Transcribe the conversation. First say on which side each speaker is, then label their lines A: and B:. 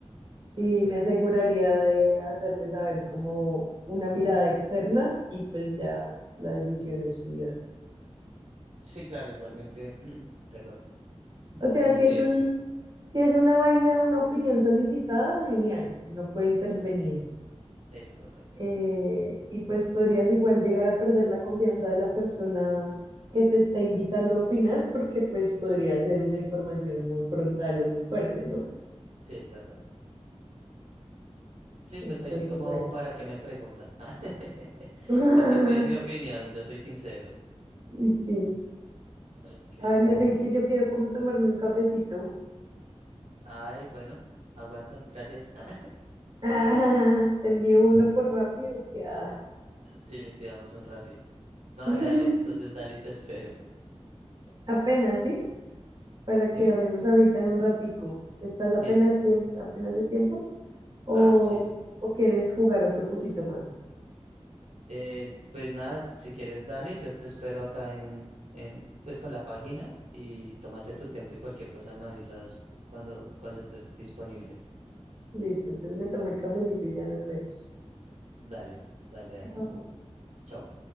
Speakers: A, on the right; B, on the right.
A: sí
B: ok.
A: me aseguraría de hacerle saber como una mirada externa y pues ya la decisión es suya.
B: Sí, claro, igualmente, <clears throat> perdón.
A: O sea,
B: Como
A: si
B: que
A: es un, si es una vaina, una opinión solicitada, genial, uno puede intervenir.
B: es correcto.
A: Eh, y pues podrías igual llegar a perder la confianza de la persona que te está invitando a opinar, porque pues podría ser una información muy frontal o muy fuerte, ¿no?
B: Sí, es verdad. Sí,
A: Entonces,
B: pues ahí sí como
A: bueno.
B: para qué me preguntan. <laughs>
A: <laughs>
B: Para que pide mi opinión, yo soy sincero.
A: Y Sí.
B: Ok.
A: Ay, mi Richie, yo quiero como tomarme un cafecito. <laughs>
B: Ay, bueno, aguanta, gracias. Ah,
A: Ah, te envío uno por rápido, que ah.
B: <laughs> Sí, pidamos un Rappi. No, dale,
A: <laughs>
B: dale, entonces dale y te espero.
A: Apenas, ¿sí? para que
B: Dime.
A: hablemos ahorita en un ratico. ¿Estás apenas
B: Listo.
A: de tiempo, apenas de tiempo o,
B: Ah, sí.
A: o quieres jugar otro poquito más?
B: Eh, pues nada, si quieres dale, yo te espero acá en, en, pues con la página y tómate tu tiempo y cualquier cosa me avisas cuando, cuando estés disponible.
A: Listo, entonces me tomo el cafecito y ya nos vemos.
B: Dale, dale,
A: Chao.
B: Dani. Chao.